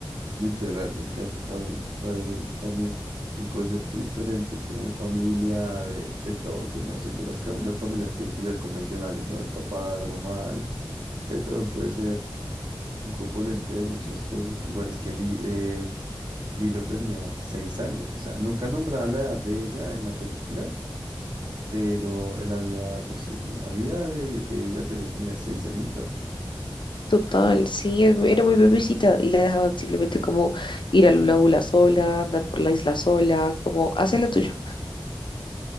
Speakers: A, on the right; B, on the left.
A: Literal, me encanta también. Parece el- también un concepto diferente, como de familia, de, de todo, que no siempre las, cam- las familias tienen que ser convencionales, ¿no? El papá, la mamá, el, eh, también puede ser un componente de muchas cosas. Igual es que Li- eh, Lilo tenía seis años, o sea, nunca nombraba la edad de ella en la película, pero en la vida, pues en la vida de, de ella te- ya tenía seis añitos.
B: Total, sí, es- era muy bebecita y la dejaban simplemente como ir a Lula Bula sola, andar por la isla sola, como hace lo tuyo.